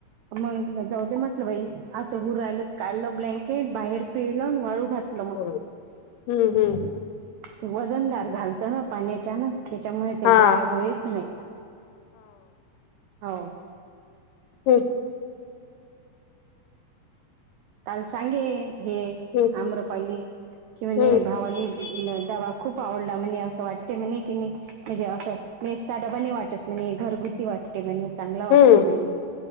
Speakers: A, on the right; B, on the left.
A: मग जाऊ देे म्हटलं बाई असं हु राहिलं तर काढलं ब्लँकेट बाहेर पिळलं आणि वाळू घातलं. मग
B: हम्म हम्म.
A: ते वजनदार झालतं ना पाण्याच्यानं. त्याच्यामुळे ते
B: हा
A: ड्राय होयत नाही हो.
B: हं.
A: काल सांगे हे
B: हम्म
A: आम्रपाली, की म्हणे
B: हम्म
A: भावाले डबा खूप आवडला म्हणे. असं वाटते म्हणे, की मी म्हणजे असं मेसचा डबा नाही वा चटणी घरगुती वाटते म्हणे, चांगला वाटते
B: हम्म
A: म्हणे.